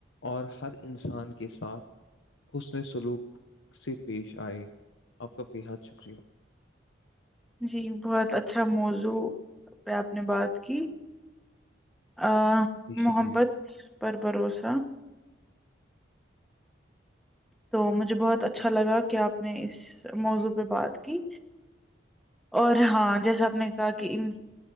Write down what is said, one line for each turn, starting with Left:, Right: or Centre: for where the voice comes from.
Left: اور ہر انسان کے ساتھ حسن سلوک سے پیش آئے آپ کا بےحد شکریہ
Centre: جی بہت اچھا موضوع پہ آپ نے بات کی ا
Left: جی شکریہ
Centre: محبت پر بھروسہ تو مجھے بہت اچھا لگا کہ آپ نے اس موضوع پہ بات کی اور ہاں جیسا آپ نے کہا کہ ان